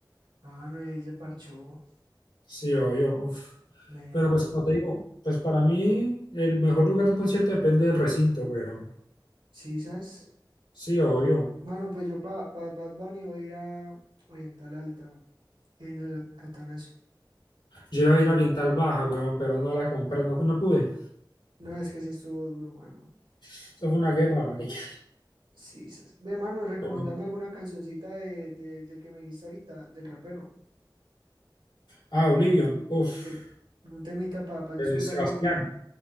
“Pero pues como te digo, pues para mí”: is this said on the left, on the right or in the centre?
Left